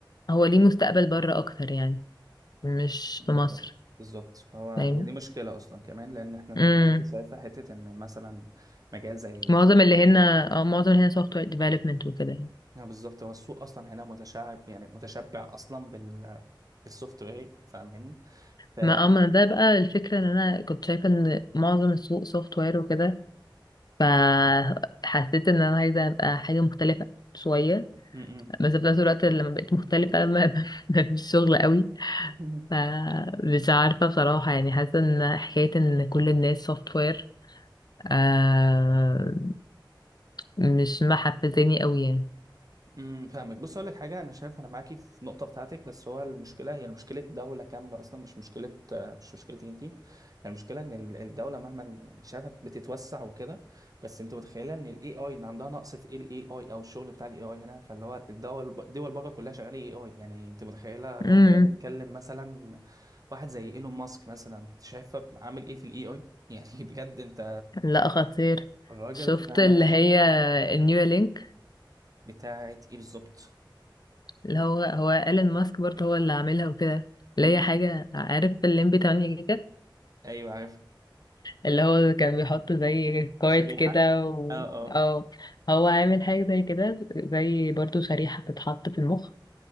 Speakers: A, on the left; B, on the right.
A: هو ليه مستقبل بره اكتر يعني مش
B: بالظبط
A: في مصر
B: بالظبط فهو
A: فاهم
B: هي دي مشكلة أصلا كمان لأن إحنا أنت
A: امم
B: زي ما أنت شايفة حتة إن مثلا مجال زي ال
A: معظم
B: AI
A: اللي هنا اه معظم اللي هنا سوفت وير ديفلوبمنت وكده يعني.
B: نعم بالظبط هو السوق أصلا هنا متشعب يعني متشبع أصلا بال بالسوفت وير فاهماني ف
A: ما اما ده بقى الفكرة ان انا كنت شايفة ان معظم السوق سوفت وير وكده فحسيت ان انا عايزة ابقى حاجة مختلفة شوية
B: م-
A: بس في نفس الوقت لما بقيت مختلفة ما <laughs> ما فيش شغل قوي
B: م. <laughs>
A: فمش عارفة بصراحة يعني حاسة ان حكاية ان كل الناس سوفت وير آه مش محفزاني قوي
B: امم فاهمك بص اقول لك حاجه انا شايف انا معاكي في النقطه بتاعتك بس هو المشكله هي مشكله دوله كامله اصلا مش مشكله مش مشكلتك انت هي المشكله ان ال- الدوله مهما يعني شافت بتتوسع وكده بس انت متخيله ان الاي اي ان عندها نقص في ايه الاي اي او الشغل بتاع الاي اي هنا فاللي هو الدول الدول بره كلها شغاله اي اي يعني انت متخيله لو
A: يعني
B: جينا نتكلم مثلا واحد زي ايلون ماسك مثلا شايفه عامل ايه في الاي اي يعني <laughs> بجد انت
A: لا خطير
B: الراجل
A: شفت
B: فاهمه
A: اللي هي النيو لينك
B: بتاعت ايه بالظبط
A: اللي هو هو ايلون ماسك برضه هو اللي عاملها وكده
B: م-
A: اللي
B: م.
A: هي حاجة عارف الليمبي 8 جيجا
B: ايوه عارف
A: اللي هو كان بيحط زي كارت
B: شريحة
A: كده و...
B: اه اه
A: أو هو عامل حاجة زي كده زي برضه شريحة بتتحط في المخ